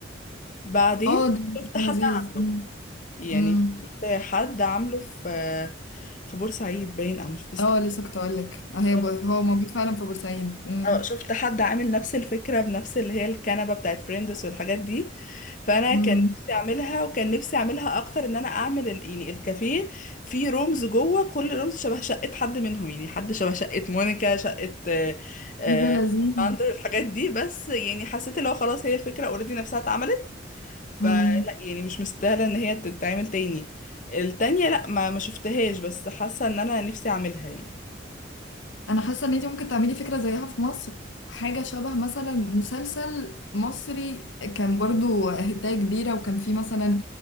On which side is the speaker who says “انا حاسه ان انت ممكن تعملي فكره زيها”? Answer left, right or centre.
Left